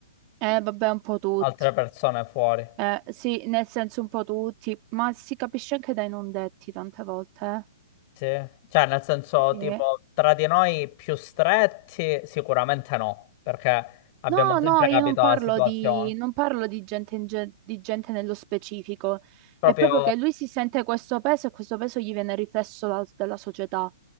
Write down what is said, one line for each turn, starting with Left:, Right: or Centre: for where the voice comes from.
Right: Eh, vabbè, un po' tutti.
Left: Altre persone fuori.
Right: Eh, sì, nel senso un po' tutti, ma si capisce anche dai non detti tante volte, eh.
Left: Sì. Cioè, nel senso,
Right: Sì.
Left: tipo, tra di noi più stretti, sicuramente no, perché abbiamo
Right: No, no,
Left: sempre capito
Right: io non parlo
Left: la situazione.
Right: di, non parlo di gente, in ge- di gente nello specifico.
Left: Proprio,
Right: È proprio che lui si sente questo peso e questo peso gli viene riflesso da- dalla società.